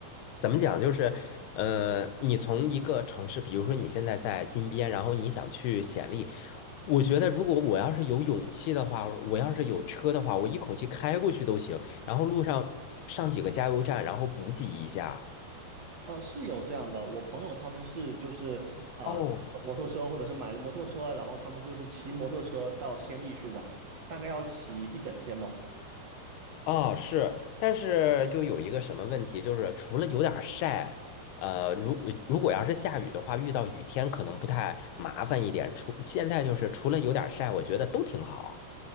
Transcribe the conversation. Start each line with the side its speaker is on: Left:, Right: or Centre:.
Left: 怎么讲，就是呃，你从一个城市，比如说你现在在金边，然后你想去显利，我觉得如果我要是有勇气的话，我要是有车的话，我一口气开过去都行，然后路上上几个加油站，然后补给一下。
Right: 呃，是有这样的，我朋友他们是就是呃摩托车或者是买了摩托车，
Left: 哦，
Right: 然后他们就是骑摩托车到仙力去玩，大概要骑一整天哦。
Left: 哦，是，但是就有一个什么问题，就是除了有点儿晒，呃，如如果要是下雨的话，遇到雨天可能不太麻烦一点。除现在就是除了有点儿晒，我觉得都挺好。